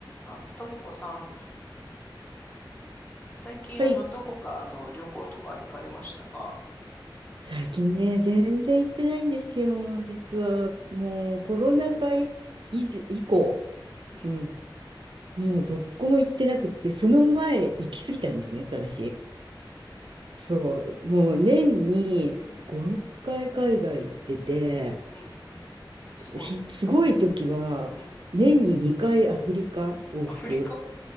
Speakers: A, on the left (about 20°); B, on the right (about 70°).
A: あ、ともこさん、最近あの、
B: はい。
A: どこかあの、旅行とか行かれましたか
B: 最近ね、全然行ってないんですよ。実は、もうコロナ禍以、以前以降、
A: うんうん。うんうん。
B: うん、もうどこも行ってなくって、その前行き過ぎたんですね、ただし。そう、もう年に5、
A: うん
B: 6回海外行ってて、
A: うん。うんすごい。
B: ひ、すごい時は、
A: うん。
B: 年に2回アフリカ往復、
A: アフリカ